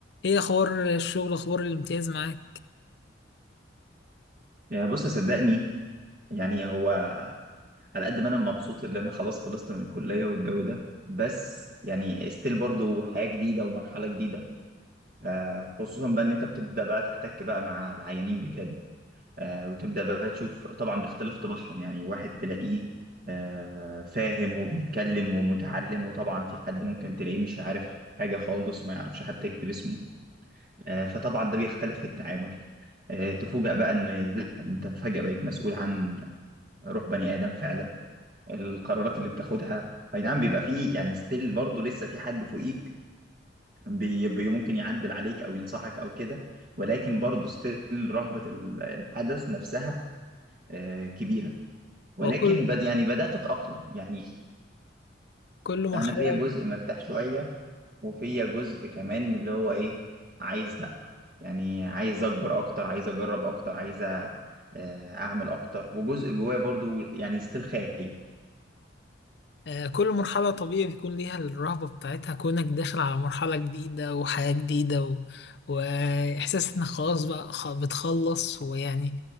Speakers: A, on the left; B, on the right.
A: ايه اخبار الشغل اخبار الامتياز معاك
B: يا بص صدقني يعني هو على قد ما انا مبسوط ان انا خلاص خلصت من الكليه والجو ده بس يعني ستيل برضو حياه جديده ومرحله جديده آه خصوصا بقى ان انت بتبدا بقى تحتك بقى مع العيانين بجد آه وتبدا بقى تشوف طبعا باختلاف طباعهم يعني واحد تلاقيه آه فاهم وبيتكلم ومتعلم وطبعا في حد ممكن تلاقيه مش عارف حاجه خالص وما يعرفش حتى يكتب اسمه آه فطبعا ده بيختلف في التعامل آه، تفوجأ بقى ان لا انت فجأة بقيت مسؤول عن روح بني ادم فعلا القرارات اللي بتاخدها اي نعم بيبقى فيه يعني ستيل برضه لسه في حد فوقيك بي بي ممكن يعدل عليك او ينصحك او كده ولكن برضه ستيل رهبة ال- الحدث نفسها آه، كبيرة ولكن
A: وكل
B: بد يعني بدأت أتأقلم يعني
A: كل كل مرحله
B: أنا فيا جزء مرتاح شوية وفيا جزء كمان اللي هو إيه عايز لأ يعني عايز أكبر أكتر عايز أجرب أكتر عايز أ- آه، أعمل أكتر وجزء جوايا برضه يعني ستيل خايف
A: آه، كل مرحله طبيعي بيكون ليها الرهبه بتاعتها كونك داخل على مرحله جديده وحياه جديده و... واحساس انك خلاص بقى خ- بتخلص ويعني